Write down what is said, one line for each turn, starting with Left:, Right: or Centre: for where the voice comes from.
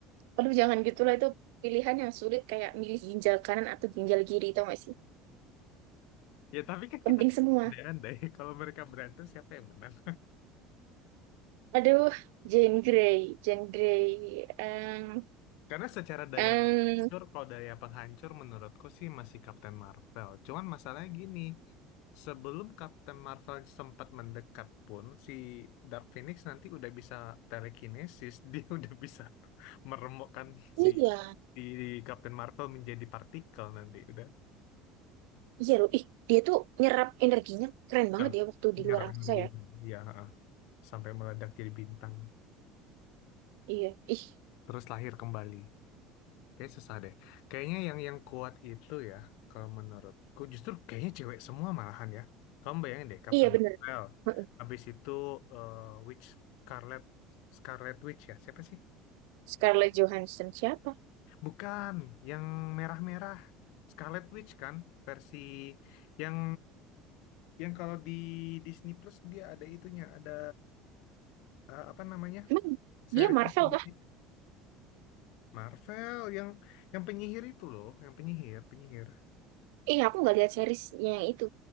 Right: Aduh, jangan gitulah itu pilihan yang sulit kayak milih ginjal kanan atau ginjal kiri tau gak sih?
Left: ya tapi kan
Right: Penting
Left: kita
Right: semua.
Left: suka andai-andai <laughs> kalau mereka berantem siapa yang menang?
Right: Aduh, Jane Grey, Jane Grey. Em,
Left: Karena secara daya
Right: em,
Left: penghancur, kalau daya penghancur menurutku sih masih Captain Marvel. Cuman masalahnya gini, sebelum Captain Marvel sempat mendekat pun, si Dark Phoenix nanti udah bisa telekinesis, <laughs> dia udah bisa meremukkan si,
Right: iya,
Left: si Captain Marvel menjadi partikel nanti. Udah,
Right: iya loh. Ih, dia tuh nyerap energinya keren
Left: udah
Right: banget ya waktu
Left: menyerap
Right: di luar angkasa
Left: energi.
Right: ya.
Left: Ya, sampai meledak jadi bintang.
Right: Iya, ih,
Left: Terus lahir kembali. Kayak susah deh. Kayaknya yang yang kuat itu ya, kalau menurutku justru kayaknya cewek semua malahan ya. Kamu bayangin deh, Captain
Right: iya bener.
Left: Marvel.
Right: Heeh.
Left: Habis itu eh, Witch Scarlet Scarlet Witch ya. Siapa sih?
Right: Scarlett Johansson siapa?
Left: Bukan, yang merah-merah. Scarlet Witch kan versi yang yang kalau di Disney Plus dia ada itunya, ada eh, apa namanya?
Right: Emang
Left: Seriesnya
Right: dia Marvel
Left: sendiri.
Right: kah?
Left: Marvel yang yang penyihir itu loh, yang penyihir, penyihir.
Right: Eh, aku nggak lihat series yang itu,